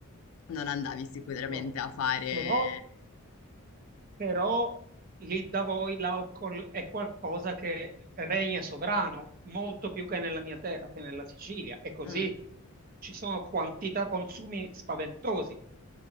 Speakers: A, on the left; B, on the right.
A: non andavi sicuramente
B: Bene.
A: a fare...
B: Però, però lì da voi l'alcol è qualcosa che regna sovrano, molto più che nella mia terra, che nella Sicilia. E così
A: Mm.
B: ci sono quantità consumi spaventosi.